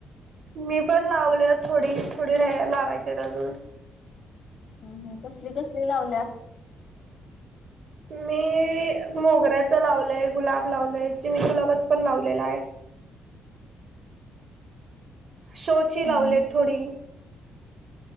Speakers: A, on the right; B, on the left.
A: मी पण लावलेत थोडी थोडी राह लावायचे अजून
B: हम हम कसली कसली लावल्यास
A: मी मोगऱ्याचं लावलय गुलाब लावलय चिनी गुलाबच पण लावलेला आहे शोची
B: हम्म
A: लावलेत थोडी